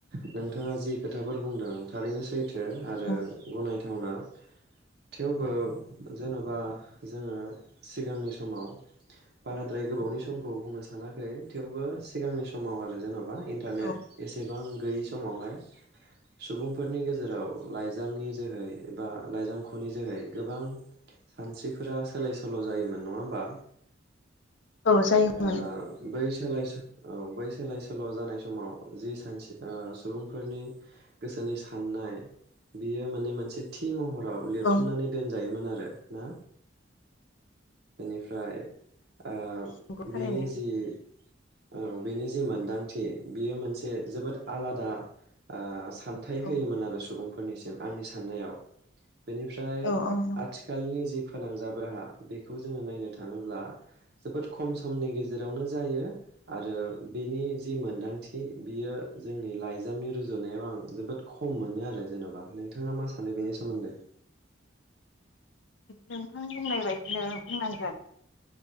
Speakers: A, on the right; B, on the left.
A: नोंथाङा जि खोथाफोर बुंदों थारैनो सैथो। थो आरो
B: औ
A: गनाय थावना थेवबो जेन'बा जोङो सिगांनि समाव बाराद्राय गोबावनि समखौ बुंनो सानाखै थेवबो सिगांनि समाव आरो जेनब बा इन्टारनेट
B: औ
A: एसेबां गैयै समावहाय सुबुंफोरनि गेजेराव लाइजामनि जोहै एबा लाइजाम ख'नि जोहै गोबां सानस्रिफोरा सोलाय सोल' जायोमोन। नङा होमबा?
B: औ जायोमोन
A: ओ बै सोलाय सो औ बै सोलाय सोल' जानाय समाव जि सानसे सुबुंफोरनि गोसोनि साननाय बियो माने मोनसे थि महर आव लिरथुमनानै
B: औ
A: दोन जायोमोन आरो ना बिनिफ्राय ओ
B: नंगौ थारैनो
A: बिनि जि औ बेनि जि मोनदांथि बियो मोनसे जोबोद आलादा ओ सान्थाइ
B: औ
A: होयोमोन आरो सुबुं फोरनिसिम आंनि साननायाव। बेनिफ्राय
B: औ औ नंगौ
A: आथिखालनि जि फोनांजाब राहा बेखौ जोङो नायनो थाङोब्ला जोबोद खम समनि गेजेरावनो जायो। आरो बिनि जि मोन्दांथि बियो जोंनि लाइजामनि रुजुनायाव आं जोबोद खम मोनो आरो जेन'बा नोंथाङा मा सानो बेनि सोमोन्दै?
B: नोंथां बुंनाय बायदिनो बुंनांगोन।